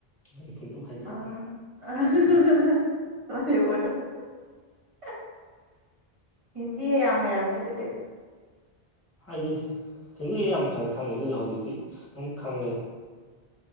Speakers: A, on the left; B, on the right.
A: ꯃꯗꯣ ꯍꯜ
B: ꯑꯕ
A: <unintelligible>
B: <unintelligible> <unintelligible> ꯍꯤꯟꯗꯤꯒ ꯌꯥꯝ ꯍꯩꯔꯝꯅꯤ ꯑꯗꯨꯗꯤ
A: ꯍꯥꯏꯗꯤ ꯍꯤꯟꯗꯤꯒ ꯌꯥꯝ ꯐꯖꯅ ꯈꯪꯗꯦ ꯑꯗꯨꯁꯨ ꯍꯧꯖꯤꯛꯇꯤ ꯑꯗꯨꯝ ꯈꯪꯉꯦ